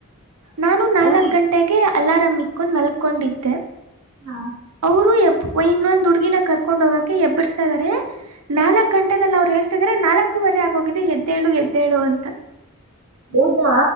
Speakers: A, on the right; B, on the right.
A: ನಾನು ನಾಲ್ಕ್
B: ಅವ್ರಿಗೆ
A: ಗಂಟೆಗೆ ಅಲಾರಾಂ ಇಕ್ಕೊಂಡು ಮಲ್ಕೊಂಡಿದ್ದೆ
B: ಹಾ <inaudible>
A: ಅವರು ಎಬ್ ಇನ್ನೊಂದ್ ಹುಡ್ಗಿನ ಕರ್ಕೊಂಡ್ ಹೋಗಕೆ ಎಬ್ಬರಿಸ್ತಾ ಇದ್ದಾರೆ ನಾಲ್ಕಕ್ ಗಂಟೆದಲ್ಲಿ ಅವರು <unintelligible> ನಾಲ್ಕೂವರೆ ಆಗೋಗಿದೆ ಎದ್ದೇಳು ಎದ್ದೇಳು ಅಂತ
B: ಹೌದಾ